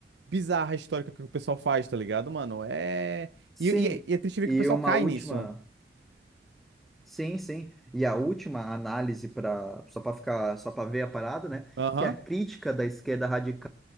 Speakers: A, on the right; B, in the centre.
A: bizarra histórica que o pessoal faz, tá ligado, mano? É.
B: Sim,
A: E, e- e é triste ver
B: e
A: que o pessoal
B: uma
A: cai
B: última.
A: nisso.
B: Sim, sim. E a última análise para só para ficar só para ver a parada, né?
A: Aham,
B: Que é a crítica da esquerda radical